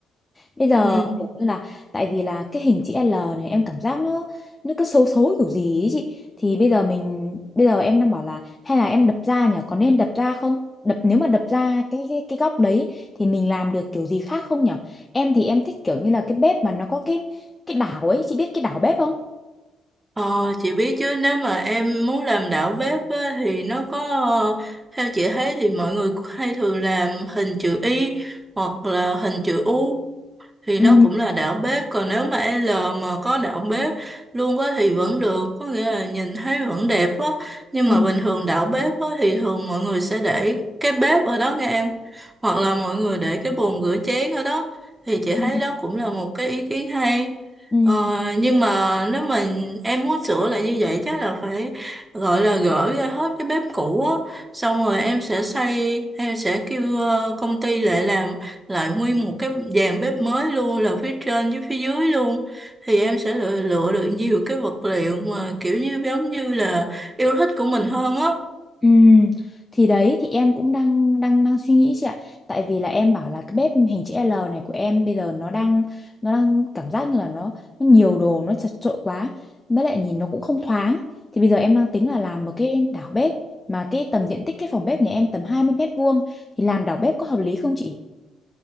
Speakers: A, on the left (about 15°); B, on the right (about 20°).
A: Bây giờ
B: Ừ.
A: kiểu như là tại vì là cái hình chữ L này em cảm giác nó nó cứ xấu xấu kiểu gì ấy chị thì bây giờ mình bây giờ em đang bảo là hay là em đập ra nhỉ có nên đập ra không đập nếu mà đập ra cái cái, cái góc đấy thì mình làm được kiểu gì khác không nhỉ em thì em thích kiểu như là cái bếp mà nó có cái cái đảo ấy chị biết cái đảo bếp không
B: Ờ, chị biết chứ nếu mà em muốn làm đảo bếp á, thì nó có ờ, theo chị thấy thì mọi người hay thường làm hình chữ Y hoặc là hình chữ U thì
A: Ừ.
B: nó cũng là đảo bếp còn nếu mà L mà có đảo bếp luôn á thì vẫn được có nghĩa là nhìn thấy vẫn đẹp á nhưng
A: Ừ.
B: mà bình thường đảo bếp á thì thường mọi người sẽ để cái bếp ở đó nghe em hoặc là mọi người để cái bồn rửa chén ở đó thì chị
A: Ừ.
B: thấy đó cũng là một cái ý kiến hay
A: Ừ.
B: ờ, nhưng mà nếu mà em muốn sửa lại như vậy chắc là phải gọi là gỡ ra hết cái bếp cũ á xong rồi em sẽ xây em sẽ kêu ờ, công ty lại làm lại nguyên một cái dàn bếp mới luôn là phía trên với phía dưới luôn thì em sẽ lựa, lựa được nhiều cái vật liệu mà kiểu như giống như là yêu thích của mình hơn á
A: Ừ, thì đấy thì em cũng đang đang đang suy nghĩ chị ạ. Tại vì là em bảo là cái bếp hình chữ L này của em bây giờ nó đang nó đang cảm giác như là nó nó nhiều đồ nó chật chội quá. Với lại nhìn nó cũng không thoáng. Thì bây giờ em đang tính là làm một cái đảo bếp mà cái tầm diện tích cái phòng bếp nhà em tầm 20 mét vuông thì làm đảo bếp có hợp lý không chị?